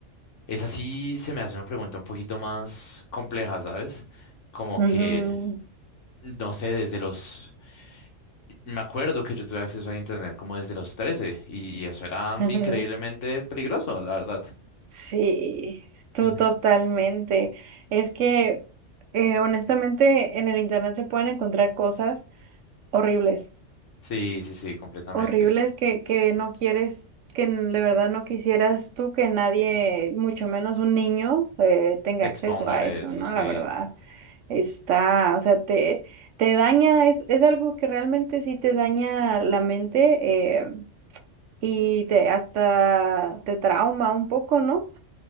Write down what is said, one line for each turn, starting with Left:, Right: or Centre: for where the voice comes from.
Left: esa sí se me hace una pregunta un poquito más compleja, ¿sabes? Como
Right: Ujú,
Left: que, no sé, desde los y Me acuerdo que yo tuve acceso al internet como desde los 13 y, y eso era
Right: <laughs> ujú.
Left: increíblemente peligroso, la verdad.
Right: Sí, tú
Left: Ujú.
Right: totalmente. Es que eh, honestamente en el internet se pueden encontrar cosas horribles,
Left: Sí, sí, sí, completamente.
Right: horribles que, que no quieres, que n- de verdad no quisieras tú que nadie, mucho menos un niño, eh, tenga
Left: Te exponga
Right: acceso a
Left: a
Right: eso,
Left: eso,
Right: ¿no?
Left: sí.
Right: La verdad. Está, o sea, te, te daña, es, es algo que realmente sí te daña la mente eh, y te hasta te trauma un poco, ¿no?